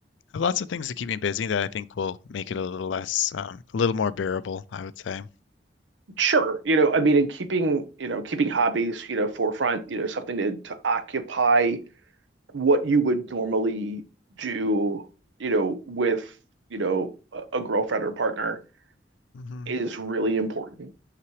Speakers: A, on the left; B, on the right.
A: have lots of things to keep me busy that I think will make it a little less, um, a little more bearable, I would say.
B: sure, you know, I mean, in keeping, you know, keeping hobbies, you know, forefront, you know, something to to occupy what you would normally do, you know, with, you know, a, a girlfriend or partner
A: hmm
B: is really important.